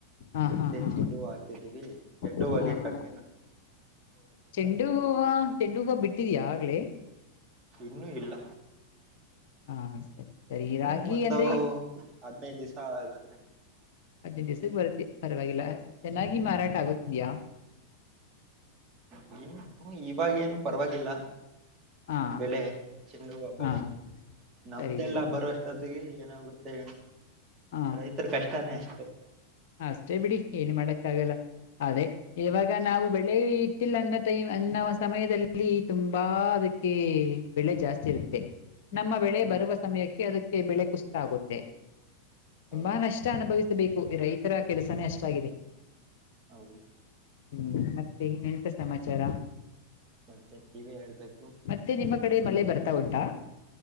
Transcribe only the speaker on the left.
ಹಾ
ಹಾ ಹಾ
ಹಾ
ಹಾ
ಚೆಂಡು ಹೂವ ಚೆಂಡು ಹೂವ ಬಿಟ್ಟಿದ್ಯಾ ಆಗ್ಲೇ.
ಹಾ ಸರಿ ಸರಿ
ರಾಗಿ
ಅಂದ್ರೆ
ಆದಿ ನೈದು ದಿವಸ ಬರುತ್ತೆ ಪರವಾಗಿಲ್ಲ ಚೆನ್ನಾಗಿ ಮಾರಾಟ ಆಗತಿದ್ಯಾ.
ಹಾ
ಹಾ
ಸರಿ ಸರಿ
ಹಾ
ಅಷ್ಟೇ ಬಿಡಿ ಏನ್ ಮಾಡಕ್ಕ ಆಗಲ್ಲ ಅದೇ ಇವಾಗ
ನಾವು ಬೆಳಿ ಗೋತ್ತಿಲ್ಲ ಅನ್ನ ಟೈಮ್ ಅನ್ನ ಸಮಯದಲ್ಲಿ ತುಂಬಾ ಅದಕ್ಕೆ ಬೆಳೆ ಜಾಸ್ತಿ ಇರುತ್ತೆ ನಮ್ಮ ಬೆಳೆ
ಬರುವ ಸಮಯಕ್ಕೆ ಅದಕ್ಕೆ ಬೆಳೆ ಕುಸ್ತಗುತೇ ಆಗುತ್ತೆ ತುಂಬಾ
ನಷ್ಟ ಅನುಭವಿಸ ಬೇಕು ರೈತರ ಕೆಲಸನೇ ಅಷ್ಟಾಗಿದೆ
ಹ್ಮ ಮತ್ತೆ ಇನ್ನೆ ಮತ್ತೆ ಸಮಾಚಾರ
ಮತ್ತೆ ನಿಮ್ಮ ಕಡೆ ಮಳೆ ಬರ್ತಾ ಉಂಟಾ